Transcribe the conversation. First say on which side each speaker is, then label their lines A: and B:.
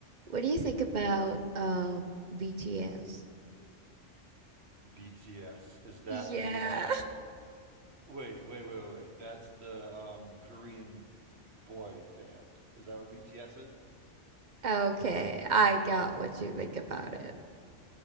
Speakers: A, on the right; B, on the right.
A: What do you think about um BTS?
B: BTS. Is that
A: Yeah.
B: the uh wait, wait, wait, wait, wait. That's the um Korean boy band. Is that what BTS is?
A: Okay, I got what you think about